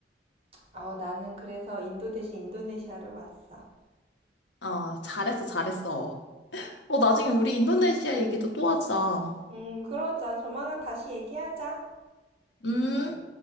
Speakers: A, on the right (about 35°); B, on the left (about 85°).
A: 어, 나는 그래서 인도 대신 인도네시아로 왔어.
B: 아, 잘했어, 잘했어. 어, 나중에 우리 인도네시아 얘기도 또 하자.
A: 음, 그러자. 조만간 다시 얘기하자.
B: 음.